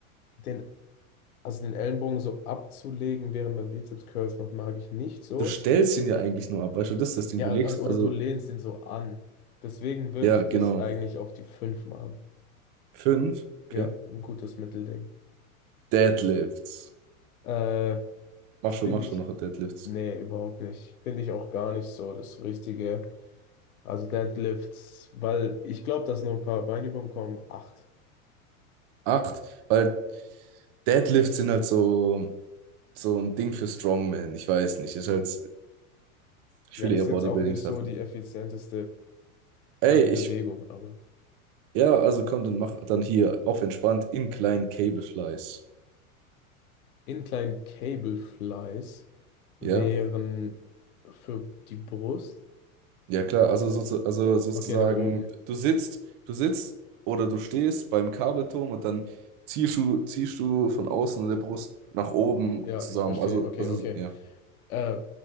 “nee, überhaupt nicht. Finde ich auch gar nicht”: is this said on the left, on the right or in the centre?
Left